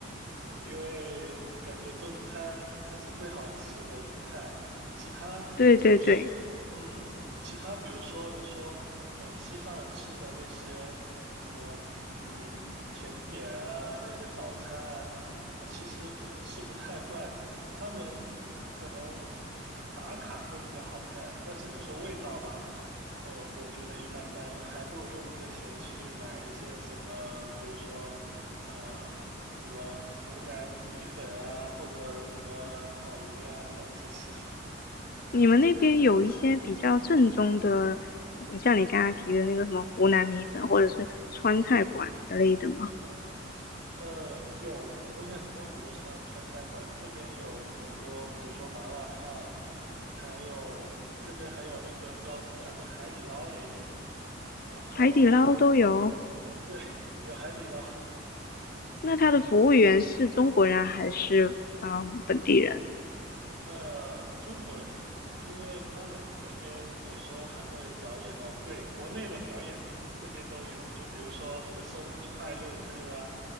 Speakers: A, on the right (about 65°); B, on the left (about 50°).
A: 因为感觉中餐还是最好吃的菜，其他比如说，
B: 对对对，
A: 嗯，其他比如说你说，呃，西方人吃的那些什么，嗯，甜点啊，那些早餐啊，我其实可能吃不太惯，他们可能打卡会比较好看，但是你说味道吧。呃，我觉得一般般，还不如用这个钱去买一些什么，比如说，呃。什么湖南米粉啊，或者什么烤鱼啊，这样吃吃。
B: 你们那边有一些比较正宗的，嗯像你刚刚提的那个什么湖南米粉或者是川菜馆之类的吗？
A: 呃，有有很多很多川川菜馆，这边有很多，比如说麻辣烫，还有这边还有那个叫什么来着，海底捞也有。然后
B: 海底捞都有。
A: 对，有海底捞。
B: 那他的服务员是中国人还是嗯本地人？
A: 呃，中国人，因为他们那边有时候还会表演哦，对，国内的表演这边都有，就比如说什么生日快乐歌啊，